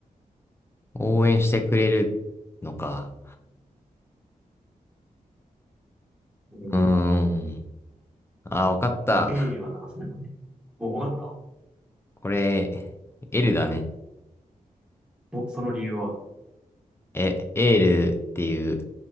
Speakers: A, on the left; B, in the centre.
A: 応援してくれるのか。
B: う。うん。
A: うーん。あ、わかった。
B: まあ、A は流すねもんね。お、分かった
A: これ、L だね。
B: お、その理由は。
A: え、エールっていう